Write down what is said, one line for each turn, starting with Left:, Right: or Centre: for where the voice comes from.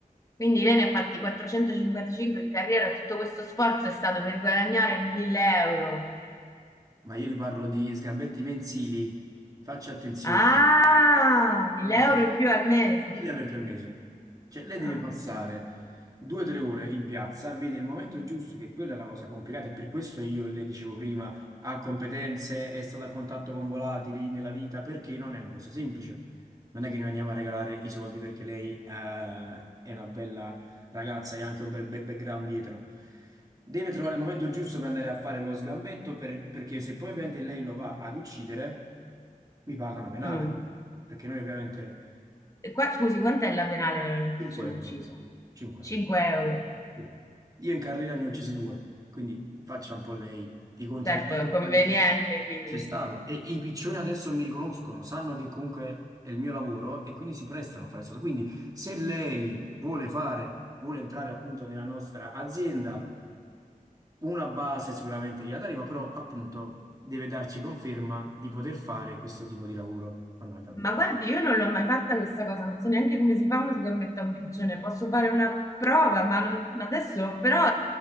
Left: Quindi lei ne ha fatti 455 in carriera, e tutto questo sforzo è stato per guadagnare 1000 euro.
Right: Ma io le parlo di sgambetti mensili, faccia attenzione.
Left: Ah,
Right: Faccia
Left: 1000
Right: attenzione.
Left: euro in più al mese.
Right: 1000 euro in più al mese. Cioè, lei
Left: Ah,
Right: deve passare due o tre ore in piazza, vede il momento giusto, che quella è la cosa complicata, e per questo io le dicevo prima, ha competenze, è stata a contatto con volatili nella vita, perché non è una cosa semplice. Non è che noi andiamo a regalare i soldi perché lei, eh, è una bella ragazza e ha anche un bel bel background dietro. Deve trovare il momento giusto per andare a fare lo sgambetto, per- perché se poi ovviamente lei lo va ad uccidere, mi paga una penale.
Left: mm.
Right: Perché noi ovviamente
Left: E qua, scusi, quant'è la penale per ogni piccione
Right: 5 euro.
Left: ucciso?
Right: 5
Left: 5
Right: euro.
Left: euro.
Right: Sì. Io in carriera ne ho uccisi due, quindi faccia un po' lei di conti
Left: Certo,
Right: di quanto
Left: è
Right: guadagno
Left: conveniente,
Right: comunque
Left: quindi.
Right: c'è stato. E i piccioni adesso mi riconoscono, sanno che comunque è il mio lavoro e quindi si prestano a fare questo. Quindi se lei vuole fare, vuole entrare appunto nella nostra azienda, una base sicuramente gliela daremo, però appunto deve darci conferma di poter fare questo tipo di lavoro fondamentalmente.
Left: Ma guardi, io non l'ho mai fatta questa cosa, non so neanche come si fa uno sgambetto a un piccione. Posso fare una prova, ma non- ma adesso però